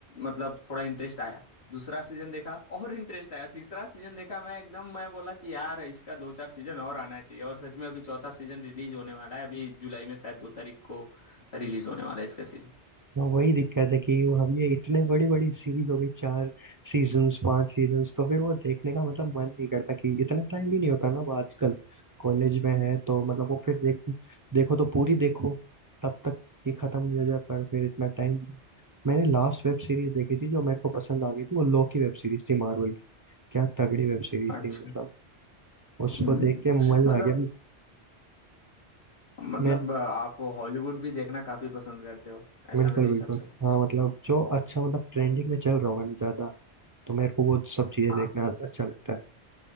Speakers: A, on the left (about 70°); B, on the right (about 25°).
A: मतलब थोड़ा इंटरेस्ट आया दूसरा सीजन देखा और इंटरेस्ट आया तीसरा सीजन देखा मैं एकदम मैं बोला कि यार इसका दो चार सीजन और आना चाहिए और सच में अभी चौथा सीजन रिलीज होने वाला है अभी जुलाई में शायद दो तारीख को रिलीज होने वाला है इसका सीजन
B: तो वही दिक्कत है कि अब ये इतने बड़ी बड़ी सीरीज हो गई चार सीजन्स पांच सीजन्स तो फिर वो देखने का मतलब मन नहीं करता कि इतना टाइम भी नहीं होता ना वो आजकल कॉलेज में है तो मतलब वो फिर देख देखो तो पूरी देखो तब तक कि खत्म नहीं हो जाए पर फिर इतना टाइम मैंने लास्ट वेब सीरीज देखी थी जो मेरे को पसंद आ गई थी वो लोकी वेब सीरीज थी मार्वल की क्या तगड़ी वेब सीरीज
A: अच्छा
B: थी मतलब उसको
A: हम्म
B: देख के मजा
A: मतलब
B: आ गया
A: मतलब
B: मैं
A: आप हॉलीवुड भी देखना काफी पसंद करते हो ऐसा
B: बिल्कुल
A: मेरे हिसाब
B: बिल्कुल
A: से
B: हाँ मतलब जो अच्छा मतलब ट्रेंडिंग में चल रहा होगा ना ज्यादा तो मेरे को वो सब चीजें
A: हाँ
B: देखना अच्छा लगता है